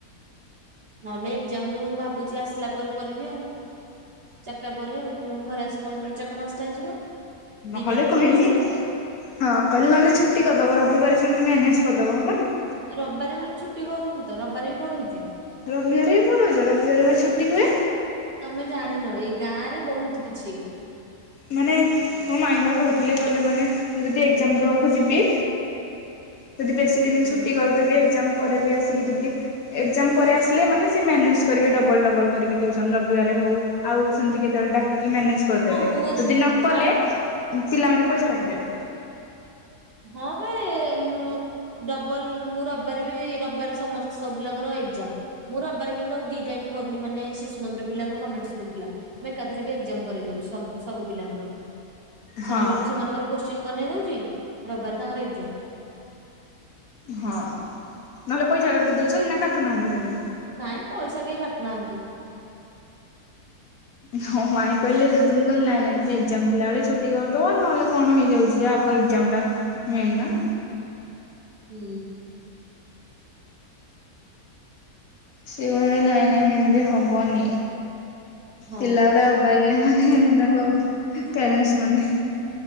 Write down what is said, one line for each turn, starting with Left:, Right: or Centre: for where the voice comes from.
Right: ନହେଲେ ଏକ୍ଜାମ ରୁ ଭାବୁଛି ଆସ ଆସିଲା ପରେ କରିବି ଆଉ। ଚାରିଟା ପରେ ଆଉ। ମୁଁ ଘରେ ଆସିିକି ପହଞ୍ଚିଲା ବେଳକୁ ଚାରିଟା ପାଞ୍ଚଟା ହେଇଯିବ।
Left: ନହେଲେ
Right: ଦିଟାରେ ପରୀକ୍ଷା
Left: କହିଲି
Right: ସରିଥାନ୍ତା।
Left: ହଁ କହିଲେ ନହେଲେ ଛୁଟି କରିଦବ ରବିବାର ସେମିତି ମ୍ୟାନେଜେ କରିଦେବ ହେବନି।
Right: ରବିବରେ ରେ ମୁଁ ଛୁଟି କରୁନି ତ, ରବିବରେ ବି ପଢ଼ୁଉଚି।
Left: ରବିବାର ହି ପୁରୁଛ ରବିବାର ବା ଛୁଟି ହୁଏ।
Right: ତମେ ଜାଣିନ ଏଇ ଗାଁ ରେ ବହୁତ କିଛି।
Left: ମାନେ ମୋ ମାଇବା କହୁଥିଲେ କହିଲେ ମାନେ ମୁଁ ଯଦି ଏକ୍ଜାମ ଦବାକୁ ଯିବି ଯଦି ବେଶୀ ଦିନ
Right: ହୁଁ
Left: ଛୁଟି କରିଦେବି ଏକ୍ଜାମ ପରେ ବି ଆସିକି ଯଦି ଏକ୍ସାମ ପରେ ଆସିଲେ ମାନେ ସେ ମାନେଜ କରିବେ ଡବଲ ଡବଲ କରିକି ଟିଉସନ୍ ରବିବାରେ ହଉ ଆଉ ସେମିତି କେତେବେଳେ ଡାକିକି ମ୍ୟାନେଜ କରିଦେବେ
Right: ହଁ ମୁଁ
Left: ଯଦି ନ କଲେ
Right: ହଁ
Left: ପିଲାମାନେ ପଇସା କାଟିଦେବେ।
Right: ହଁ ପା ଏ ଡବଲ ମୁଁ ରବିବାର ବି ରବିବାର ସମସ୍ତେ ସବୁ ପିଲାଙ୍କର ଏକ୍ଜାମ। ମୁଁ ରବିବାର ରେ କିନ୍ତୁ ଆଉ ଦି ଟାଇମ କରୁ ନାହିଁ ମାନେ ଶିଶୁ ମନ୍ଦିର ପିଲାକୁ ଗଭର୍ଣମେଣ୍ଟ ସ୍କୁଲ ପିଲା। ଆମେ ଏକାଥରେ କେ ଏକ୍ଜାମ କରିଇଦୋଉଚି ସବୁ ପିଲାଙ୍କର। ଶନିବାର
Left: ହଁ
Right: ର ସେମାନଙ୍କର କୋଶ୍ଚିନ୍ ବନେଇ ଦୋଉଚି, ରବିବାର ତାଙ୍କର ଏକ୍ଜାମ।
Left: ହଁ ନହେଲେ ପଇସା କାଟି ଦୋଉଛନ୍ତି ନା କାଟୁନାହାନ୍ତି ସେମିତି?
Right: ନାଇଁ ପଇସା କେହି କାଟୁନାହାନ୍ତି।
Left: ହଁ ମାଇଁ କହିଲେ ଯଦି ମୁଁ କହିଲି ନାଇଁ ନାଇଁ ଏକ୍ଜାମ ଥିଲାବେଳେ ଛୁଟି କରିଦବ ନହେଲେ କଣ ହେଇଯାଉଛି ଯେ ଆଗ ଏକ୍ଜାମ ଟା ମେନ୍ ନା।
Right: ହୁଁ।
Left: ସେ କହିବେ ନାଇଁ ନାଇଁ ସେମିତି ହବନି
Right: ହଁ
Left: ପିଲା
Right: ବା
Left: ଗୁଡା ଅବାଗିଆ ମାନେ ତାଙ୍କ ପ୍ୟାରେଣ୍ଟ ମାନେ।